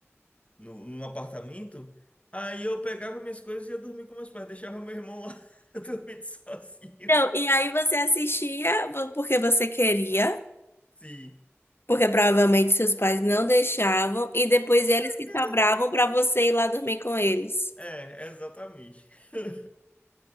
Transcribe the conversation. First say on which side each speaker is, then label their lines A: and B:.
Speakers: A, on the left; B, on the left.
A: no, no apartamento. Aí eu pegava minhas coisas e ia dormir com meus pais. Deixava meu irmão lá <laughs> dormir sozinho.
B: Não, e aí você assistia porque você queria.
A: Sim.
B: Porque provavelmente seus pais não deixavam e depois
A: Com certeza
B: eles que sobravam
A: não.
B: para você ir lá dormir com eles.
A: É, exatamente. <laughs>